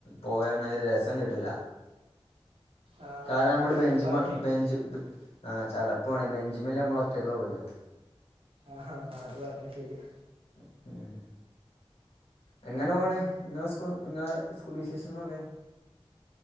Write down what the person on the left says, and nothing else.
പോയണൊരസ സം കിട്ടൂല്ല
കാര് നമ്മള്
ബെഞ്ച്മ്മെ ബെഞ്ച് ബ് ആ ചട ഇപ്പൊ ആണെ ബെഞ്ചിമ്മല് ഞമ്മള് ഒറ്റക്കാവൊല്ലോ
ഉം എങ്ങനെ പോണ് ഇങ്ങളെ സ്കൂ ഇങ്ങളെ സ് കൂള് വിശേഷങ്ങളൊക്കെ